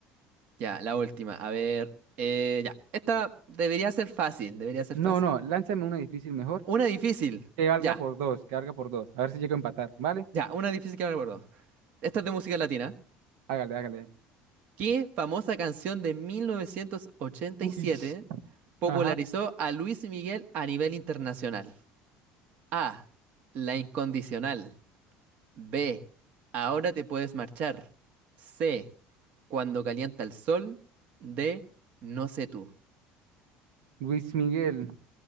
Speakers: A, on the right; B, on the right.
A: Ya, la última. A ver, eh, ya. Esta debería ser fácil, debería ser
B: No,
A: fácil.
B: no, lánzame una difícil mejor.
A: Una difícil.
B: Que valga
A: Ya,
B: por dos, que valga por dos. A ver si llego a empatar, ¿vale?
A: ya, una difícil que no recuerdo. Esta es de música latina.
B: Hágale, hágale.
A: ¿Qué famosa canción de 1987
B: Uy,
A: popularizó
B: ajá.
A: a Luis Miguel a nivel internacional? A. La incondicional. B. Ahora te puedes marchar. C. Cuando calienta el sol. D. No sé tú.
B: Luis Miguel.